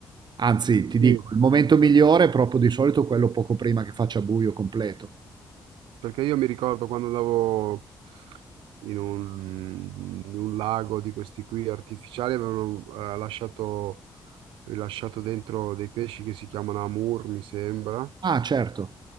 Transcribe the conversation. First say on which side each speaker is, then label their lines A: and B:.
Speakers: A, on the right; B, on the right.
A: Anzi, ti dico,
B: Sì,
A: il momento migliore è proprio di solito quello poco prima che faccia buio completo.
B: perché io mi ricordo quando andavo in un, in un lago di questi qui artificiali, avevano eh, lasciato, rilasciato dentro dei pesci che si chiamano amur, mi sembra,
A: Ah, certo.